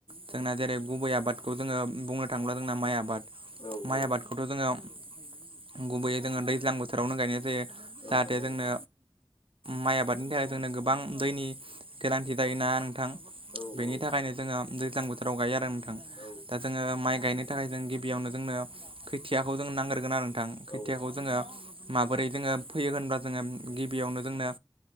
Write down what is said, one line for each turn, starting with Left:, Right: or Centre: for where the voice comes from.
Right: जोंना जेरै गुबै आबादखौ जोङो बुंनो थाङल्बा जोंना माइ आबाद।
Left: औ औ
Right: माइ आबादखौथ' जोङो गुबैयै जोङो दैज्लां बोथोरावनो गायनाय जायो
Left: औ
Right: जाहाथे
Left: नंगौ
Right: जोंनो
Left: नोंथां
Right: माइ आबादनि थाखाय जोंनो गोबां दैनि गोनांथि जायोना नोंथां
Left: औ
Right: बेनि
Left: औ
Right: थाखायनो जोङो दैज्लां बोथोराव गायो आरो नोंथां
Left: औ
Right: दा जोङो माइ गायनो थाखाय जों गिबियावनो जोंनो खैथियाखौ जों नांग्रोन आरो थां खोथियाखौ
Left: औ
Right: जोङो माबोरै जोङो फैयो होनब्ला जोङो गिबियावनो जोंनो